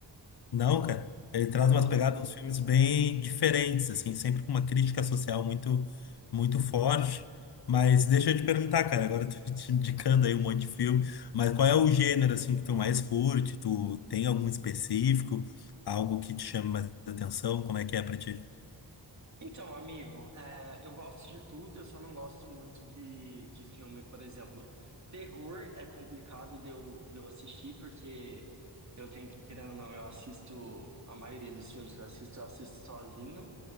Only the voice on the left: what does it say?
Não, cara, ele traz
umas
pegadas
dos filmes bem diferentes, assim, sempre com uma crítica social muito muito forte. Mas deixa eu te perguntar, cara, agora eu tô te indicando aí um monte de filme, mas qual é o gênero assim que tu mais curte? Tu tem algum específico, algo que te chama mais atenção? Como é que é pra ti?